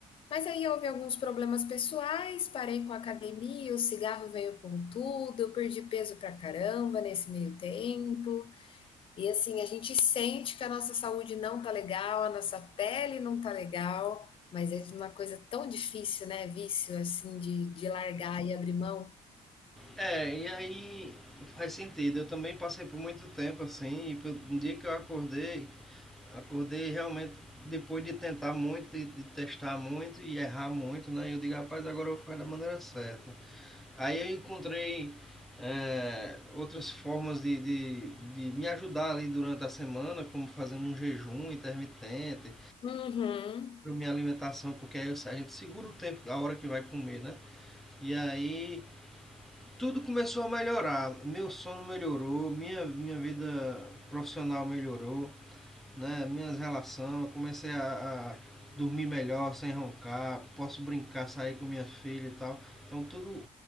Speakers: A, on the left (about 40°); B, in the centre.
A: mas aí houve alguns problemas pessoais, parei com a academia, o cigarro veio com tudo, eu perdi peso pra caramba nesse meio tempo. E assim, a gente sente que a nossa saúde não tá legal, a nossa pele não tá legal, mas é uma coisa tão difícil, né? Vício, assim, de, de largar e abrir mão.
B: É, e aí faz sentido. Eu também passei por muito tempo assim, e no dia que eu acordei, Acordei realmente depois de tentar muito, de testar muito e errar muito, né? Eu digo, rapaz, agora eu faço da maneira certa. Aí eu encontrei é, outras formas de, de, de me ajudar ali durante a semana, como fazendo um jejum intermitente,
A: Uhum.
B: para minha alimentação, porque aí a gente segura o tempo, a hora que vai comer, né? E aí tudo começou a melhorar. Meu sono melhorou, minha, minha vida profissional melhorou né, minhas relações, comecei a, a dormir melhor, sem roncar, posso brincar, sair com minha filha e tal. Então tudo